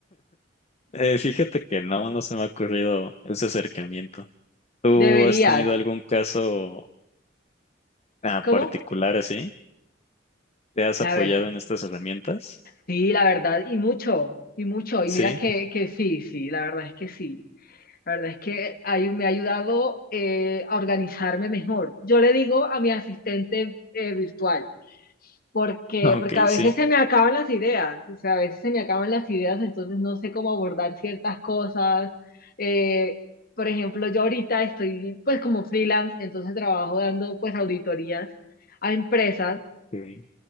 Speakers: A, on the left; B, on the left.
A: Eh, fíjate que no, no se me ha ocurrido ese acercamiento. ¿Tú
B: deberías.
A: has tenido algún caso ah, particular
B: ¿Cómo?
A: así? ¿Te has
B: La
A: apoyado
B: ver,
A: en estas herramientas?
B: sí, la verdad, y mucho, y mucho. Y
A: Sí,
B: mira que, que sí, sí, la verdad es que sí. La verdad es que hay- me ha ayudado eh, a organizarme mejor. Yo le digo a mi asistente eh, virtual, porque,
A: <laughs> ok,
B: porque a veces
A: sí.
B: se me acaban las ideas, o sea, a veces se me acaban las ideas, entonces no sé cómo abordar ciertas cosas. Eh, por ejemplo, yo ahorita estoy pues como freelance, entonces trabajo dando pues auditorías a empresas
A: Okay.